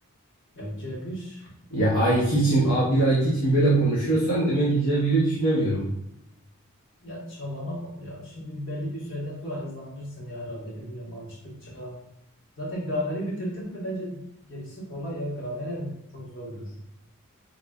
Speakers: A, on the left; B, on the left.
A: ya C1
B: Ya
A: yani
B: a iki için, a bir a iki için böyle konuşuyorsan demek ki c biri düşünemiyorum.
A: Ya çabana bak ya. Şimdi belli bir süreden sonra hızlanırsın ya herhalde. Bilmiyorum alıştıkça. Zaten grameri bitirdin mi bence gerisi kolay ya. Grameren çok zordur.